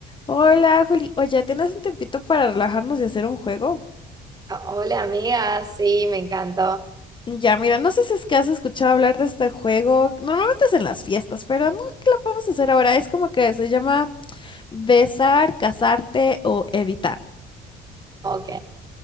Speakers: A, on the left; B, on the right.
A: Hola, Juli. Oye, ¿tienes un tiempito para relajarnos y hacer un juego?
B: Hola amiga, sí, me encantó.
A: Ya, mira, no sé si es que has escuchado hablar de este juego. Normalmente es en las fiestas, pero no que lo podemos hacer ahora. Es como que se llama besar, casarte o evitar.
B: Ok,